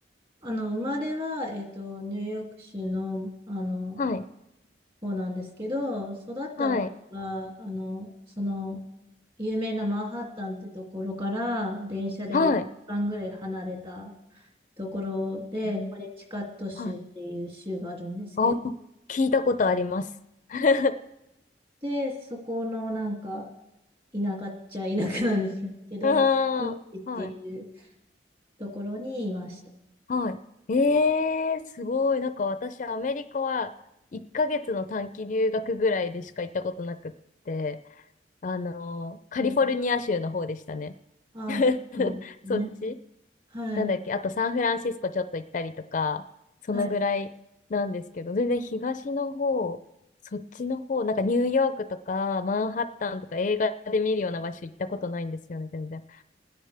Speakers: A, on the right; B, on the left.
A: あの、生まれは、えっと、ニューヨーク州の、あの、
B: はい、
A: 方なんですけど、育った場合は、
B: はい、
A: あの、その、有名なマンハッタンってところから電車で一番ぐらい離れた
B: はい。
A: ところで、
B: うん
A: コネチカット州っていう州があるんですけど、
B: はい。あ、聞いたことあります。<laughs>
A: で、そこのなんか田舎っちゃ田舎なんですけど、
B: ああ、
A: ビーチっていう
B: はい、
A: ところにいました。
B: はい。えーすごい。なんか私、アメリカは1ヶ月の短期留学ぐらいでしか行ったことなくって、あの、カリフォルニア州の方でしたね。
A: うんああ、
B: <laughs>
A: そうですね。
B: そっち
A: はい。
B: なんだっけあとサンフランシスコちょっと行ったりとか、そのぐらいなんですけど、
A: はい。
B: 全然東の方、そっちの方、なんかニューヨークとかマンハッタンとか映画で見るような場所行ったことないんですよね、全然。